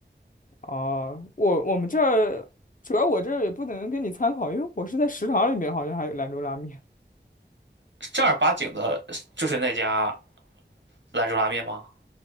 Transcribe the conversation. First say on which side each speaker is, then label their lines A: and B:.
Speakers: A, on the left (about 45°); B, on the right (about 85°).
A: 啊、我我们这儿主要我这儿也不能给你参考，因为我是在食堂里面，好像还有兰州拉面。
B: 正儿八经的，就是那家兰州拉面吗？